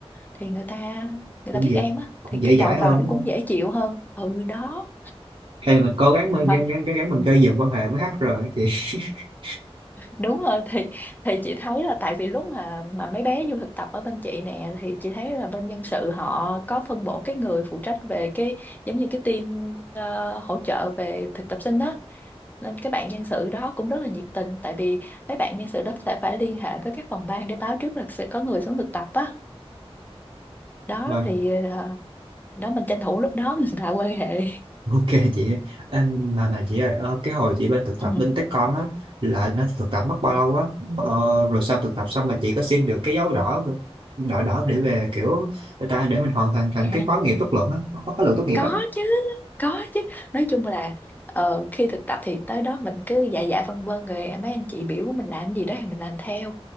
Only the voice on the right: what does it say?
cũng
dễ
cũng
dễ
dãi
hơn đúng
không
hay là mình cố gắng mình
gắng gắng, gắng gắng mình gây dựng quan hệ với HR ấy chị <laughs>
mà
Ok chị ơi. em mà mà chị ơi ờ, cái hồi chị bên thực tập
bên Techcom á là nó thực tập mất bao lâu á ờ, rồi sau thực tập xong là chị có xin được cái dấu đỏ không? đỏ đỏ để về kiểu người ta để mình hoàn thành thành
cái khóa nghiệm tốt luận á khóa khóa luận tốt nghiệp
á